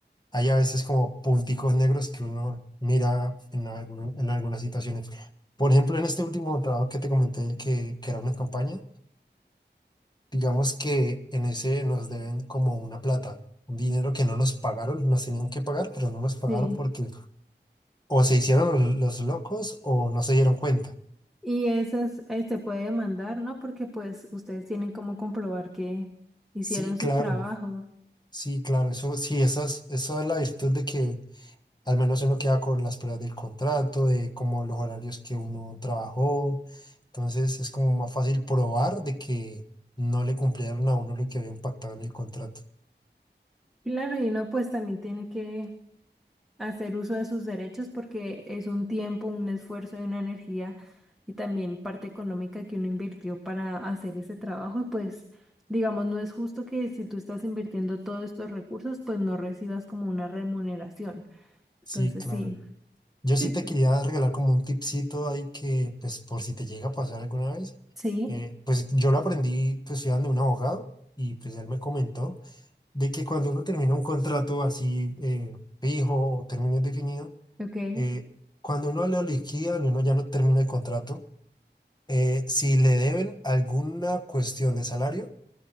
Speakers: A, on the left (about 20°); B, in the centre.
A: hay a veces como punticos negros que uno mira en, algún- en algunas situaciones. Por ejemplo, en este último trabajo que te comenté, el que, que era una campaña, digamos que en ese nos deben como una plata, un dinero que no nos pagaron, nos tenían que pagar, pero no nos
B: Sí.
A: pagaron porque o se hicieron los locos o no se dieron cuenta.
B: Y esas eh, se puede demandar, ¿no? Porque pues ustedes tienen como comprobar que hicieron
A: Sí, claro.
B: su trabajo.
A: Sí, claro, eso sí, esa es, esa es la virtud de que al menos uno queda con las pruebas del contrato, de como los horarios que uno trabajó, entonces es como más fácil probar de que no le cumplieron a uno lo que había impactado en el contrato.
B: Claro, y uno pues también tiene que hacer uso de sus derechos porque es un tiempo, un esfuerzo y una energía y también parte económica que uno invirtió para hacer ese trabajo y pues digamos no es justo que si tú estás invirtiendo todos estos recursos pues no recibas como una remuneración. Entonces
A: Sí, claro.
B: sí,
A: Yo
B: sí,
A: sí te quería regalar como un tipcito ahí que, pues, por si te llega a pasar alguna vez,
B: Sí,
A: eh, pues yo lo aprendí, pues, estudiando de un abogado y pues él me comentó de que cuando uno termina un contrato así eh, fijo o término indefinido,
B: ok,
A: eh, cuando uno lo liquida y uno ya no termina el contrato, eh, si le deben alguna cuestión de salario,